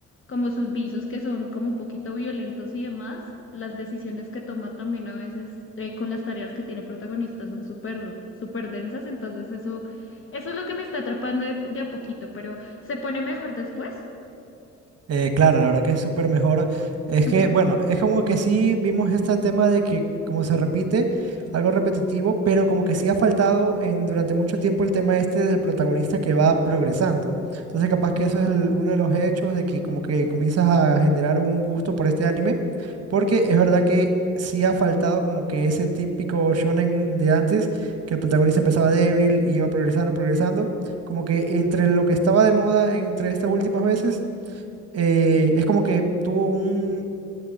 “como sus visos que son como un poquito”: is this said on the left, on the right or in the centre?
Left